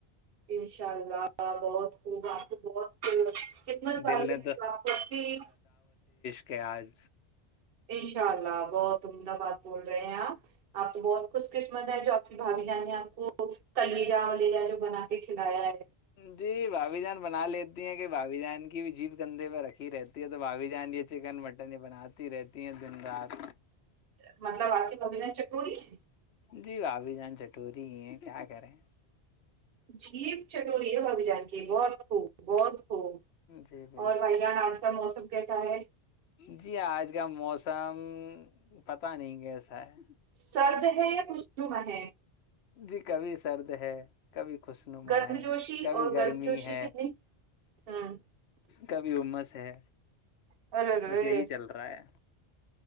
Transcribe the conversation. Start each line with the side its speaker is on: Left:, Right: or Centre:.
Right: انشاء اللہ بہت خوب آپ کو بہت خدمت
Left: ہے
Right: والی
Left: دل نے
Right: ہے تو آپ کو اتنی
Left: کے آج
Right: ان شاء اللہ بہت عمدہ بات بول رہے ہیں آپ تو بہت خوش قسمت ہے جو آپ کے بھابھی جان نے آپ کو کلیجا ولیجا جو بنا کے کھلایا ہے
Left: جی بھابی جان بنا لیتی ہیں کہ بھابی جان کی بھی جیب کندھے پر رکھی رہتی ہے تو بھابھی جان یہ چکن مٹن ہی بناتی رہتی ہیں دن رات
Right: مطلب آپ کی بھابھی جان چٹوری ہے
Left: جی بھابی جان چٹوری ہی ہے کیا کریں
Right: جیپ چٹوری ہے بھابی جان کی بہت خوب بہت خوب
Left: جی بالکل
Right: اور بھائی جان آج کا موسم کیسا ہے
Left: جی آج کا موسم پتہ نہیں کیسا ہے
Right: سرد ہے خوشنما ہے
Left: جی کبھی سرد ہے کبھی خوشنما
Right: گرم
Left: ہے
Right: جوشی
Left: کبھی
Right: اور
Left: گرمی
Right: گرم جوشی
Left: ہے
Right: کتنی ہ
Left: کبھی عمس ہے
Right: ارے
Left: بس یہ ہی چل رہا ہے